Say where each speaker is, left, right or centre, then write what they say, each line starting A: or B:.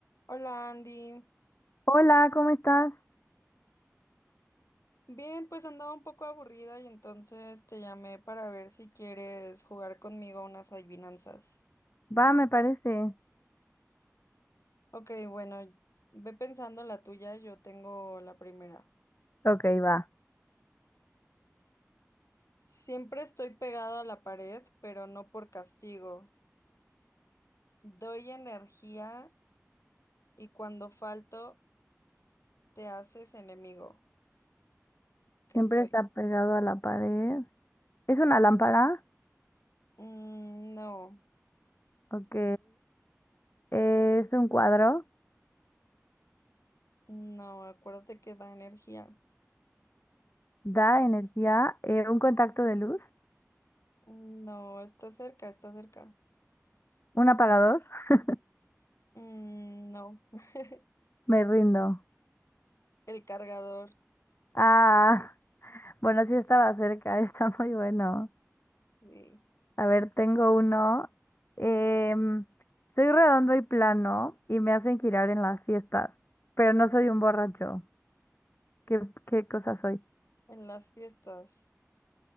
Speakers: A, on the left; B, on the left.
A: Hola Andy.
B: Hola, ¿cómo estás?
A: Bien, pues andaba un poco aburrida y entonces te llamé para ver si quieres jugar conmigo unas adivinanzas.
B: Va, me parece.
A: Ok, bueno, ve pensando la tuya, yo tengo la primera.
B: Ok, va.
A: Siempre estoy pegado a la pared, pero no por castigo. Doy energía y cuando falto te haces enemigo. ¿Qué
B: Siempre
A: soy?
B: está pegado a la pared. ¿Es una lámpara?
A: Mm, no,
B: Ok. ¿Es un cuadro?
A: no, acuérdate que da energía.
B: ¿Da energía? Eh, ¿un contacto de luz?
A: Mm, No, está cerca, está cerca.
B: ¿Un apagador? <laughs>
A: Mm, no. <laughs>
B: Me rindo.
A: El cargador,
B: Ah, bueno, sí estaba cerca, <laughs> está muy bueno.
A: sí,
B: A ver, tengo uno. Em, soy redondo y plano y me hacen girar en las fiestas, pero no soy un borracho. ¿Qué, qué cosa soy?
A: en las fiestas.